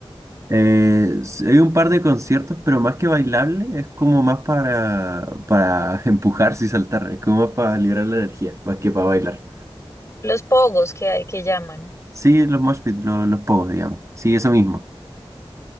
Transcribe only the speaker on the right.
Eh, s- hay un par de conciertos, pero más que bailable, es como más para, para <laughs> empujarse y saltar, es como más para liberar la energía, más que para bailar.
Sí, los mosh pit, lo- los, pogos, digamos. Sí, eso mismo.